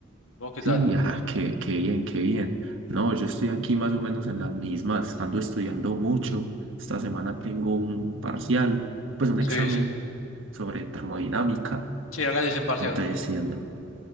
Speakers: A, on the left; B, on the right.
A: ¿Vos qué
B: Sí,
A: tal?
B: ah, qué, qué bien, qué bien. No, yo estoy aquí más o menos en las mismas, ando estudiando mucho. Esta semana tengo un parcial, pues un examen
A: Sí, sí.
B: sobre termodinámica.
A: Sí, acá dicen parcial
B: Entonces,
A: también.
B: sí, ando.